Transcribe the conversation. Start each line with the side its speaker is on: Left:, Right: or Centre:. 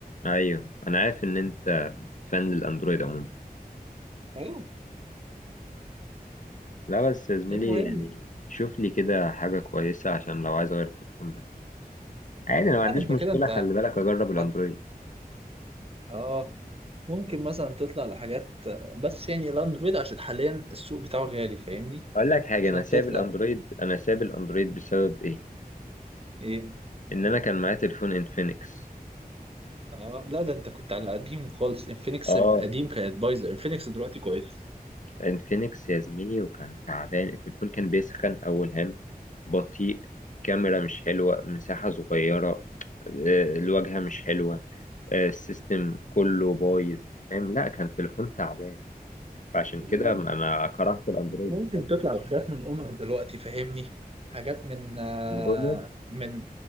Left: ايوه انا عارف ان انت فان للاندرويد عموما
Right: اه
Left: لا بس يا زميلي
Right: المهم
Left: يعني شوف لي كده حاجة كويسة عشان لو عايز اغير التليفون ده عادي انا ما
Right: لا
Left: عنديش
Right: انت
Left: مشكلة
Right: كده انت
Left: خلي بالك اجرب الاندرويد
Right: حد اه ممكن مثلا تطلع لحاجات بس يعني لاند رويد عشان حاليا السوق بتاعه غالي فاهمني
Left: اقول لك حاجة
Right: عشان
Left: انا ساب
Right: تطلع
Left: الاندرويد انا ساب الاندرويد بسبب ايه
Right: ايه
Left: ان انا كان معايا تليفون انفينكس
Right: اه لا ده انت كنت على قديم خالص انفينكس
Left: اه
Right: من قديم كانت بايظه انفينكس دلوقتي كويس
Left: انفينكس يا زميلي وكان تعبان التليفون كان بيسخن أول هام بطيء كاميرا مش حلوة مساحة صغيرة آه، الواجهة مش حلوة آه، السيستم كله بايظ فاهم لا كان تليفون تعبان فعشان
Right: لا
Left: كده
Right: لا
Left: ما ما كرهت الأندرويد
Right: انت ممكن
Left: بسبب
Right: تطلع لحاجات من اونر دلوقتي فاهمني حاجات من آه
Left: الأونر
Right: من